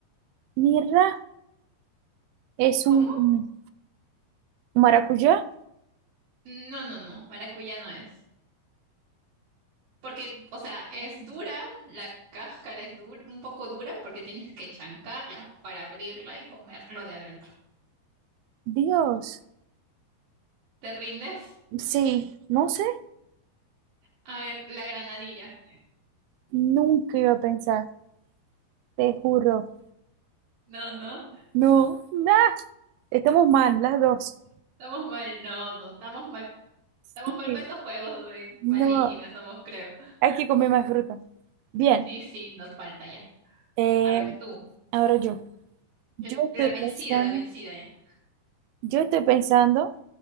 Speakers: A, on the right; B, on the right.
A: mira, es
B: ¿cómo?
A: un maracuyá.
B: No, no, no, maracuyá no es. Porque, o sea, es dura, la cáscara es dura, un poco dura porque tienes que chancarla para abrirla y comerlo de adentro.
A: Dios,
B: ¿Te rindes?
A: sí, no sé,
B: A ver, la granadilla.
A: nunca iba a pensar. Te juro.
B: No, no,
A: No, nada. Estamos mal, las dos.
B: estamos mal, no, no, estamos mal, estamos
A: Sí,
B: mal
A: sí
B: para estos juegos, o sea,
A: no,
B: malísimas somos, creo.
A: hay que comer más fruta. Bien,
B: Sí, sí, nos falta ya.
A: eh,
B: A ver tú,
A: ahora yo.
B: Yo-
A: Yo estoy
B: la vencida,
A: pensando,
B: la vencida ya.
A: yo estoy pensando